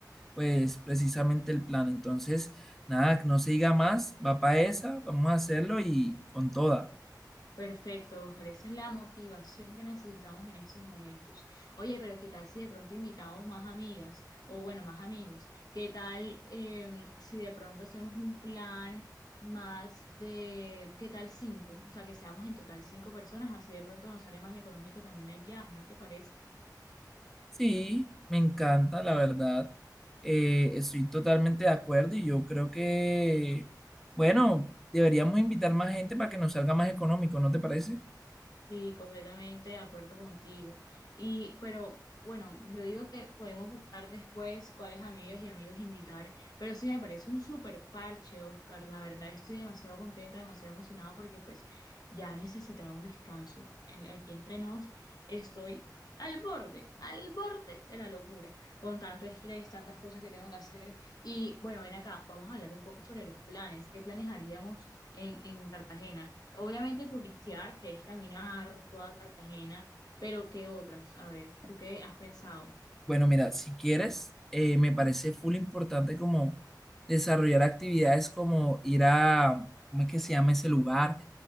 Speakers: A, in the centre; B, on the left.
A: pues, precisamente el plan. Entonces, nada, que no se diga más, va para esa, vamos a hacerlo y con toda.
B: Perfecto, Oscar. Esa es la motivación que necesitamos en estos momentos. Oye, pero ¿qué tal si de pronto invitamos más amigas o bueno, más amigos? ¿Qué tal eh, si de pronto hacemos un plan más de, ¿qué tal cinco? O sea, que seamos en total cinco personas, así de pronto nos sale más económico también el viaje, ¿no te parece?
A: Sí, me encanta, la verdad. Eh, estoy totalmente de acuerdo y yo creo que, bueno, deberíamos invitar más gente para que nos salga más económico, ¿no te parece?
B: Sí, completamente de acuerdo contigo. Y, pero bueno, yo digo que podemos buscar después cuáles amigas y amigos invitar, pero sí me parece un súper parche, Oscar. La verdad estoy demasiado contenta, demasiado emocionada porque pues ya necesitaba un descanso. En- Aquí entre nos estoy al borde, al borde de la locura, con tanto estrés, tantas cosas que tengo que hacer. Y bueno, ven acá, vamos a hablar un poco sobre los planes. ¿Qué planes haríamos en, en Cartagena? Obviamente turistear, que es caminar toda Cartagena, pero ¿qué otras? A ver, ¿tú qué has pensado?
A: Bueno, mira, si quieres, eh, me parece full importante como desarrollar actividades como ir a, ¿cómo es que se llama ese lugar?